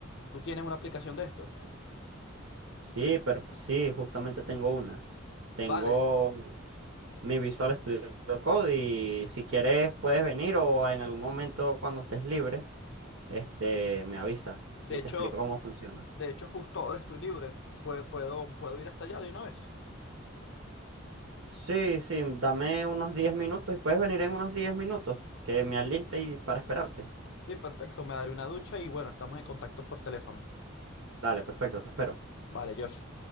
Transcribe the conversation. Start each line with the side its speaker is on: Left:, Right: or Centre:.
Left: ¿Tú tienes una aplicación de esto?
Right: Sí, pero sí, justamente tengo una.
Left: Vale,
Right: Tengo mi Visual Studio Code y si quieres puedes venir o en algún momento cuando estés libre, este, me avisas
Left: de
Right: y
Left: hecho,
Right: te explico cómo funciona.
Left: de hecho justo ahora estoy libre. Pue- Puedo, puedo ir hasta allá de una vez.
Right: Sí, sí, dame unos 10 minutos y puedes venir en unos 10 minutos que me aliste y para esperarte.
Left: Sí, perfecto, me daré una ducha y bueno, estamos en contacto por teléfono.
Right: Dale, perfecto, te espero.
Left: Vale, Josh.